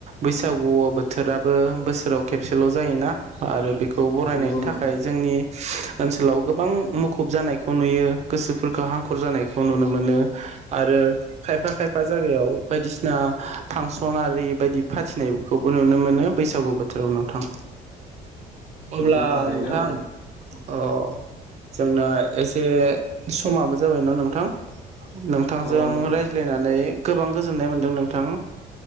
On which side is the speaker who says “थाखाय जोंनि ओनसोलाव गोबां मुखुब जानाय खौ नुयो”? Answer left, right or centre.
Right